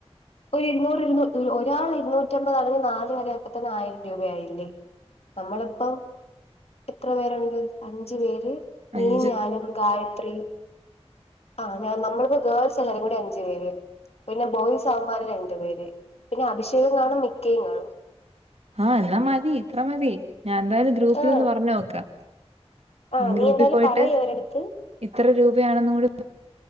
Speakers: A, on the left; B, on the right.
A: ഒരു ഇരുന്നൂറ് ഇരുന്നൂ ഒരാൾ ഇരുന്നൂറ്റിമ്പതാണെങ്കിൽ നാല് പേര് ആയപ്പ തന്നെ ആയിരം രൂപയായില്ലേ നമ്മളിപ്പം എത്ര പേരുണ്ട് അഞ്ചു പേര് നീയും
B: അഞ്ച്
A: ഞാനും. ഗായത്രി ആഹ നമ്മളിപ്പോ ഗേൾസ് എല്ലാരും കൂടെ അഞ്ചു പേര് പിന്നെ ബോയിസവമ്മാര് രണ്ടു പേര് പിന്നെ അഭിഷേകും കാണും മിക്കിയും കാണും.
B: ആഹ് എന്നാ മതി ഇത്ര മതി ഞാൻ എന്തായാലും ഗ്രൂപ്പിൽ
A: ആഹ്
B: ഒന്ന് പറഞ്ഞ് നോക്കാം.
A: ആഹ്
B: മെയ്ൻ ഗ്രൂപ്പി
A: നീ എന്തായാലും
B: പോയിട്ട്!
A: പറയ്
B: !
A: അവരടുത്ത്
B: !!!!!!!! ഇത്ര രൂപയാണെന്ന് കൂടി